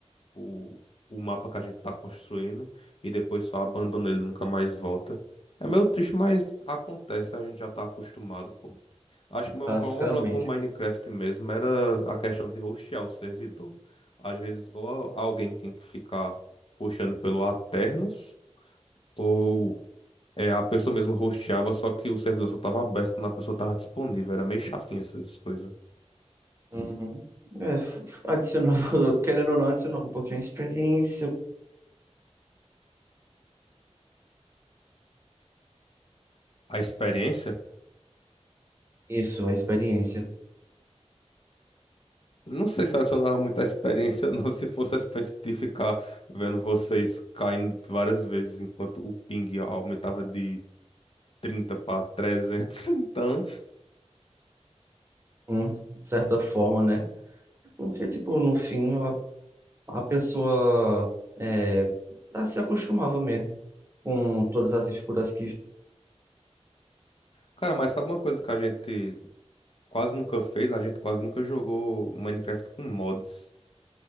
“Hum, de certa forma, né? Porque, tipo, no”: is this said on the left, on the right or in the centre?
Right